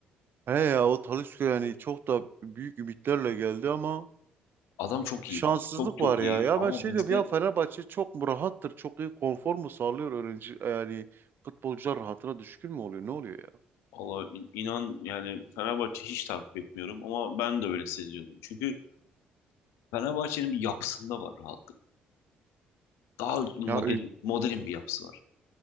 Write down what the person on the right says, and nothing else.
He ya o Talisca yani çok da büyük ümitlerle geldi ama
şanssızlık
var
ya. Ya
ben şey
diyorum ya Fenerbahçe çok mu rahattır? Çok iyi konfor mu sağlıyor öğrenci e, yani futbolcular rahatına düşkün mü oluyor? Ne oluyor ya?
Ya ül-